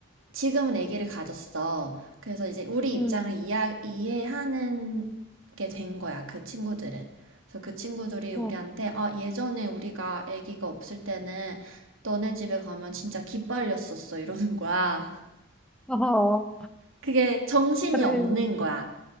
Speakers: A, on the right; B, in the centre.
A: 지금은 아기를 가졌어. 그래서 이제 우리 입장을
B: 응,
A: 이해, 이해하는 게 된 거야, 그 친구들은. 그래서 그 친구들이
B: 어,
A: 우리한테, 아, 예전에 우리가 아기가 없을 때는 너네 집에 가면 진짜 기빨렸었어, 이러는 거야. <laughs>
B: <laughs> 어,
A: 그게 정신이
B: 그래.
A: 없는 거야.